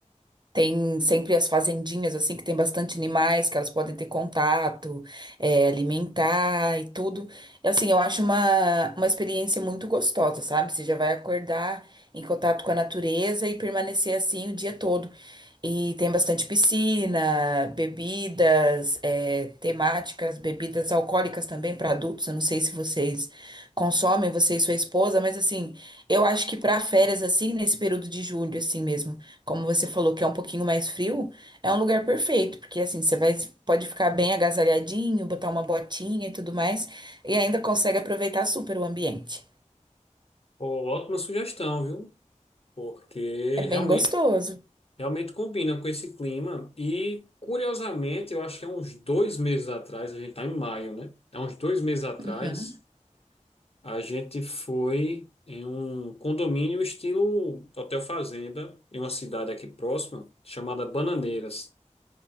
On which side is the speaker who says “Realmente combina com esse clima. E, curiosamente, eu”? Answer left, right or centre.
Left